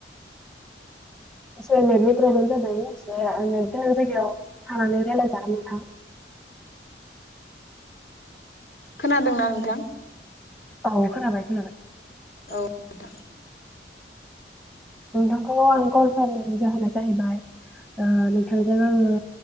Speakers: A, in the centre; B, on the left.
A: एसे नेटनि प्रब्लेम जादों एसे गोनां जायगायाव थांनानै राय्लायजागोन नोंथां।
B: खोनादोंना नोंथां?
A: औ खोनाबाय खोनाबाय।
B: औ नोंथां।
A: नोंथांखौ आं कल खालामनायनि जाहोना जाहैबाय आ नोंथांजों आङो